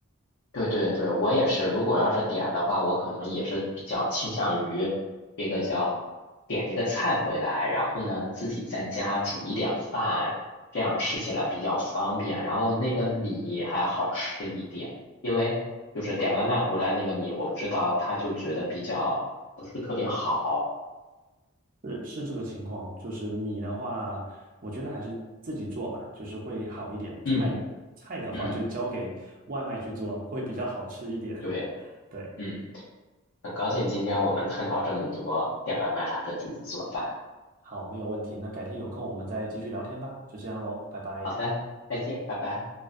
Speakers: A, on the left; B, on the right.
A: 对对对，我也是。如果要是点的话，我可能也是比较倾向于这个叫点一个菜回来，然后呢自己在家煮一点饭，这样吃起来比较方便。然后那个米还好吃一点，因为就是点外卖回来那个米，我不知道他就觉得比较不是特别好。
B: 是是这个情况，就是米的话，我觉得还是自己做吧，就是会好一点。菜菜的话就交给外卖去做，
A: 嗯嗯，
B: 会比较好吃一点。
A: 对，
B: <laughs> 对，
A: 嗯，很高兴今天我们探讨这么多点外卖还是自己做饭。
B: 好，没有问题。那改天有空我们再继续聊天吧，就这样喽，拜拜。
A: 好的，再见，拜拜。